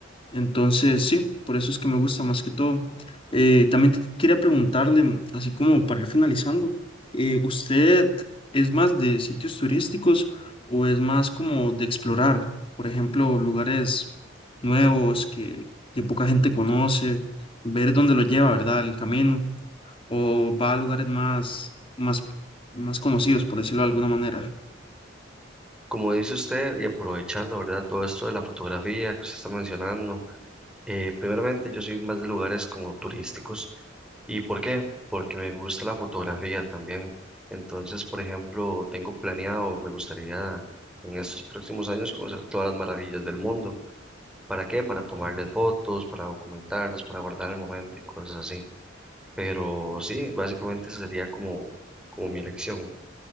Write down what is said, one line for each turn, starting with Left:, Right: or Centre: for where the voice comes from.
Left: Entonces, sí, por eso es que me gusta más que todo. Eh, también te- quería preguntarle, mm, así como para ir finalizando, eh, ¿usted es más de sitios turísticos o es más como de explorar, por ejemplo, lugares nuevos que, que poca gente conoce, ver dónde lo lleva, ¿verdad? El camino, o va a lugares más, más, más conocidos, por decirlo de alguna manera?
Centre: Como dice usted, y aprovechando, ¿verdad? Todo esto de la fotografía que usted está mencionando, eh, primeramente yo soy más de lugares como turísticos. ¿Y por qué? Porque me gusta la fotografía también. Entonces, por ejemplo, tengo planeado, me gustaría en estos próximos años conocer todas las maravillas del mundo. ¿Para qué? Para tomarle fotos, para documentarlas, para guardar el momento y cosas así. Pero sí, básicamente esa sería como, como mi elección.